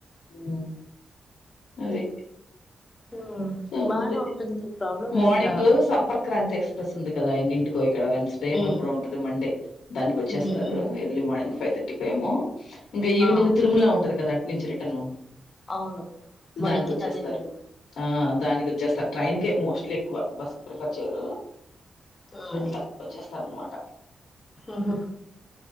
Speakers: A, on the left (about 80°); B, on the left (about 30°).
A: ఉ అది
B: ఉ
A: సంగతి.
B: బానే ఉంటుంది ప్రాబ్లం
A: మార్నింగ్
B: ఏంలా
A: సంపర్క్రాంతి ఎక్స్ప్రెస్ ఉంది కదా ఆయన్ని ఇంటికో ఇక్కడ వెన్స్డేమో
B: హ్మ్
A: ఎప్పుడో ఉంటది మండే దానికి వచ్చేస్తారు
B: హ్మ్ హ్మ్
A: ఎర్లీ మార్నింగ్ ఫైవ్ థర్టీకి ఏమో ఇంకా ఈవినింగ్
B: ఆ
A: తిరుమల ఉంటుది కదా అటు నుంచి రిటర్న్
B: అవును మొన్నెక్కింది
A: దానికిొచ్చేస్తారు
B: అదే మేము
A: ఆ దానికి వచ్చేస్తారు ట్రైన్ కే మోస్ట్లీ ఎక్కువ బస్ ప్రిఫర్ చేయరు
B: హ్మ్
A: అట్లా వచ్చేస్తారన్నమాట
B: ఉహు